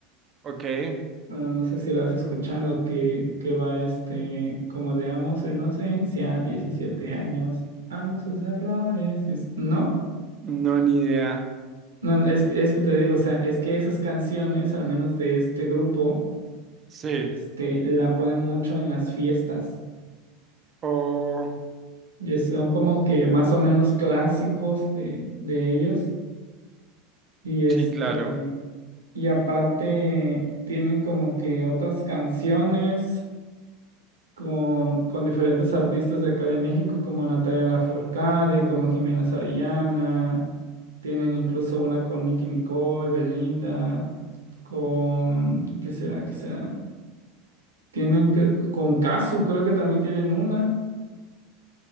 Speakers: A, on the right; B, on the right.
A: ok.
B: Bueno, no sé si lo has escuchado, que, que va este, como de amo su inocencia, 17 años, amo sus errores. es- No,
A: No, ni idea.
B: no, no, es que, es que te digo, o sea, es que esas canciones, al menos de este grupo,
A: Sí.
B: este, la ponen mucho en las fiestas.
A: O.
B: Y son como que más o menos clásicos de, de ellos. Y este,
A: sí, claro.
B: y aparte tiene como que otras canciones. con, con diferentes artistas de acá de México, como Natalia Lafourcade, como Jimena Sarillana. Tienen incluso una con Nicki Nicole, Belinda, con... ¿Qué será? ¿Qué será? Tienen que- con Cazzu, creo que también tienen una.